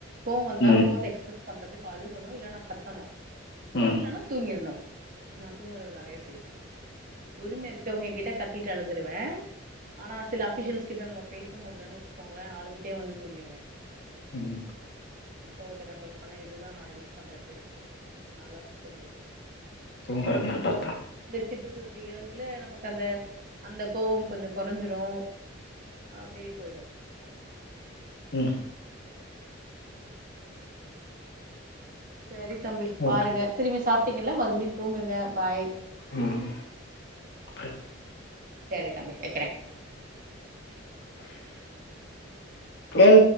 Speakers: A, on the right (about 45°); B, on the left (about 60°).
A: கோவம் வந்தா
B: ம்.
A: கோவத்த எக்ஸ்பிரஸ் பண்றதுக்கு அழுகணு இல்லனா கத்தணு
B: ம்.
A: இல்லன்னா தூங்கிரூணு நா தூங்கறத நெறைய செய்வே உரிமை இருக்கவங்க எங்கிட்ட கத் த்திட்டு அழுதுருவே ஆனா சில அஃப்ஷியல்ஸ் எங்கிட்ட நம்ம பேச முடியலன்னு வச்சுக்கோங்களே அழுதுட்டே வந்து தூங்கிரூவே
B: ம்
A: கோவத்த கண்ட்ரோல் பண்ண இதுதா நா யூஸ் பண்ற ட்ரிக்ஸ் நல்லா ஸ் தூங்கிருவே
B: துங்கரது நல்லது தா
A: டூ டு த்ரீ இயர்ஸ்ல நமக்கு அந்த அந்த கோவம் கொஞ்ச கொறைஞ்சிரும் ஆ அப்டியே போயிடு
B: உம்
A: சரி தம்பி பாருங்க
B: ஓகே.
A: திரும்பி சாப்டீங்கள்ள மறுபடியு தூங்குங்க பாய்
B: உம் பை
A: சேரி தம்பி வெக்குறே
B: என்